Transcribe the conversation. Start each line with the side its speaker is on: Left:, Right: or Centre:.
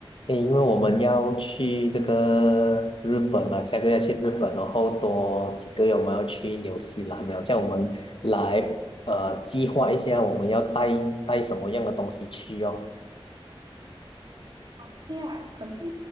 Left: 诶因为我们要去这个日本嘛，下个月去日本，然后多几个月我们要去纽西兰了，这样我们来呃计划一下我们要带带什么样的东西去哦。
Right: OK 啊，可是